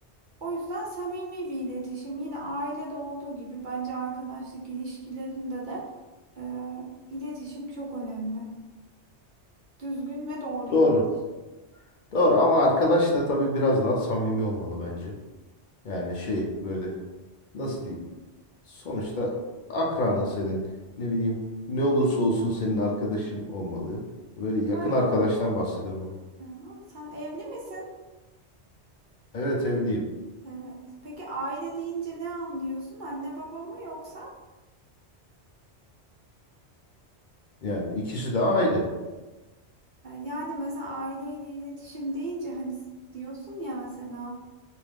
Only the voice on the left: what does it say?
Doğru. Doğru ama arkadaş da tabii biraz daha samimi olmalı bence. Yani şey böyle nasıl diyeyim? Sonuçta akranın senin ne bileyim ne olursa olsun senin arkadaşın olmalı. Böyle
yakın arkadaştan bahsediyorum.
Evet evliyim.
Yani ikisi de aile.